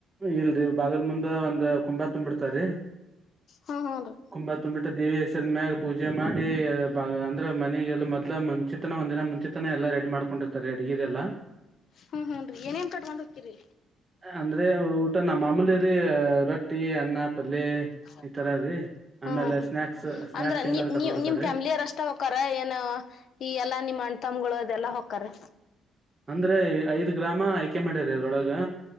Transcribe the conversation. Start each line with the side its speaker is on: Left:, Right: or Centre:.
Right: ಇಲ್ರಿ ಬಾಗಲ್ ಮುಂದೆ ಒಂದ ಕುಂಬ ತುಂಬಬಿಡ್ತಾರೀ
Left: ಹ್ಮ್ ಹ್ಮ್ ರೀ
Right: ಕುಂಬ ತುಂಬ್ಬಟ್ಟ ದೇವಿ ಸಮಾಗಿ ಪೂಜೆ ಮಾಡಿ ಅಂದ್ರೆ ಮನೆಗೆಲ್ಲ ಮೊದ್ಲ ಮುಂಚೆ ತನ ಒಂದಿನ ಮುಂಚೆಿತನ ಎಲ್ಲ ರೆಡಿ ಮಾಡ್ಕ ಕೊಂಡಿರ್ತಾರೆ ಅಡಗೆದೆ ಎಲ್ಲ
Left: ಹ್ಮ್ ಹೂನ್ರಿ ಏನೇನ್ ಕಟ್ಕೊಂಡ್ ಹಕ್ಕಿರರಿ
Right: ಅಂದ್ರೆ ಊಟ ನಮ್ಮಮೂಲಿ ರ ರೊಟ್ಟಿ ಅನ್ನ ಪಲ್ಯ
Left: ಹ್ಮ್
Right: ಈ ತರ ರೀ ಆಮೇಲೆ
Left: ಹ್ಮ್ ಹ್ಮ
Right: ಸ್ನಾಕ್ಸ್ ಸ್ನಾಕ್ಸ್
Left: ಅಂದ್ರ ನೀ
Right: ಏನಾರು ಕಟ್ಕೊಂಡಿರ್ತಾರೀ
Left: ನೀ ನಿಮ್ ಫ್ಯಾಮಿಲಿಯರು ಅಷ್ಟ ಹಕ್ಕಾರ ಏನ ಈ ಎಲ್ಲಾ ನಿಮ್ಮ ಅಣ್ತಮಗಳು ಅದೆಲ್ಲಾ ಹಕ್ಕಾರೆ
Right: ಅಂದ್ರೆ ಐದ್ ಗ್ರಾಮ ಆಯ್ಕೆ ಮಾಡರ ಅದ್ರೊಳಗ